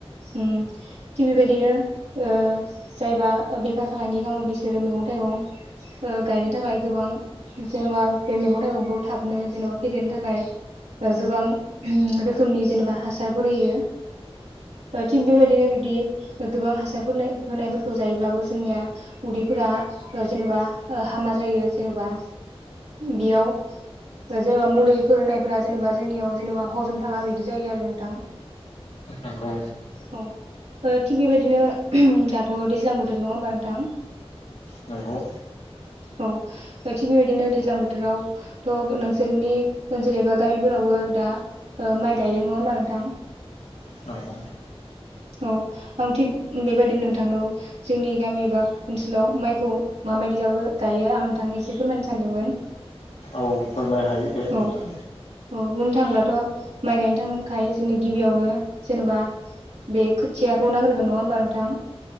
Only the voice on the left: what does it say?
नांगौ।
नोंगौ।
नोंगौ
औ फोरमायनो हायो दे
नोंथां।